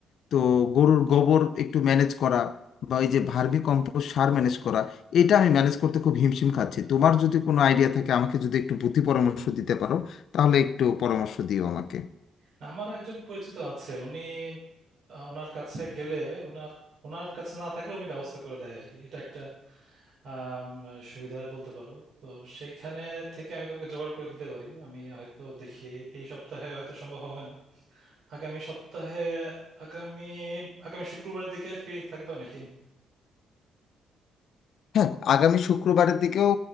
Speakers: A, on the left (about 70°); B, on the right (about 65°).
A: তো গরুর গোবর একটু ম্যানেজ করা বা এই যে ভার্মি কম্পোস্ট সার ম্যানেজ করা এটা আমি ম্যানেজ করতে খুব হিমশিম খাচ্ছি তোমার যদি কোনো আইডিয়া থাকে আমাকে যদি একটু বুদ্ধি পরামর্শ দিতে পারো তাহলে একটু পরামর্শ দিও আমাকে
B: না, আমার একজন পরিচিত আছে উনি আহ, ওনার কাছে গেলে ওনার ওনার কাছে না থাকলে উনি ব্যবস্থা করে দেয় আর কি এটা একটা আম, সুবিধা বলতে পারো তো সেইখানে থেকে আমি তোমাকে জোগাড় করে দিতে পারি আমি হয়তো দেখি এই সপ্তাহে হয়তো সম্ভব হবে না আগামী সপ্তাহে আগামী আগামী শুক্রবার দিকে ফ্রি থাকবা নাকি
A: হ্যাঁ আগামী শুক্রবারের দিকেও